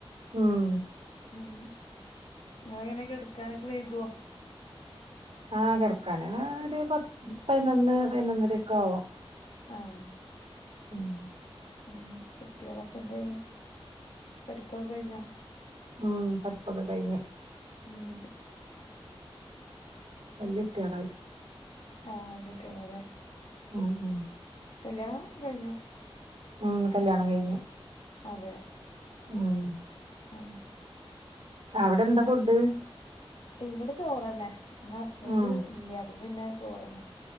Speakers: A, on the right; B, on the left.
A: ഉം
B: ഉം ഇങ്ങളെങ്ങനെ കെടക്കാനൊക്കെ വൈകോ
A: അഹ് കെടക്കാന് ഒരു പ പയിനൊന്ന് പയിനൊന്നരക്കെ ആവും
B: ആഹ്
A: ഉം
B: ഉം കുട്ടികളൊക്കെ എന്തായി പഠിപ്പൊക്കെ കഴിഞ്ഞോ
A: ഉം പഠിപ്പൊക്കെ കഴിഞ്ഞ്
B: ഉം
A: വല്ല്യേട്ട്യാളായി
B: ആഹ് ലല്ല്യേട്ടിയാളാലേ
A: ഉം ഉം
B: കല്ല്യാണം കഴിഞ്ഞോ
A: ഉം കല്യാണം കഴിഞ്ഞ്
B: അതെ
A: ഉം
B: ഉം
A: അവടെന്താ ഫുഡ്
B: ഇവിടെ ചോറന്നെ ഇന്ന് ഹസ്ബൻ്റ്
A: ഉം
B: ഇല്ല അപ്പൊ പിന്നെ ചോറന്നെ